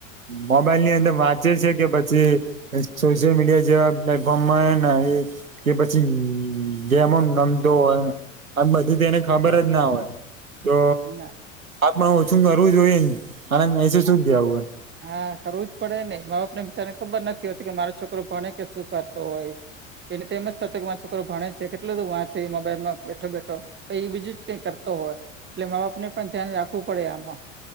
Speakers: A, on the right; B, on the right.
A: મોબાઈલ ની અંદર વાંચે છે કે, પછી સોશિયલ
B: હમ
A: મીડિયા જેવા. એને એ કે પછી ગેમો રમતો હોય. આમ બધું તેને ખબર જ ના હોય. તો
B: ના
A: આપમાં હ શું કરવું જોઈએ ને? આનંદ નહી સે,
B: હા
A: શુ જ જ આવું હ.
B: હા, કરવું જ પડે ને. મા-બાપ ને બિચારને ખબર નથી હોતી કે, મારો છોકરો ભણે કે શું કરતો હોય? એને એમ જ થતો કે, મા છોકરો ભણે જ છે, કેટલો બધું વાંચે, એ મોબાઈલમાં બેઠો બેઠો. તો એ બીજું જ કઈ કરતો હોય, એટલે મા-બાપને પણ ધ્યાન રાખવું પડે આમાં.